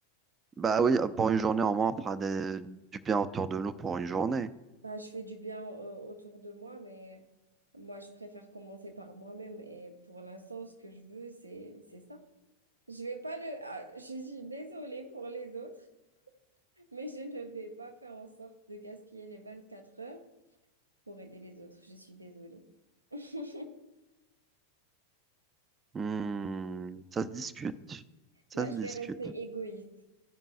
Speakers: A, on the right; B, on the right.
A: bah oui, euh, pour une journée, au moins, on fera des- du bien autour de nous pour une journée.
B: bah, je fais du bien euh, autour de moi, mais moi, je préfère commencer par moi-même. Et pour l'instant, ce que je veux, c'est, c'est ça. Je vais pas le... ah, je suis désolée pour les autres, mais je ne vais pas faire en sorte de gaspiller les 24 heures pour aider les autres. Je suis désolée. <laughs>
A: Hmm, ça se discute. Ça
B: Là,
A: se
B: je
A: discute.
B: vais rester égoïste,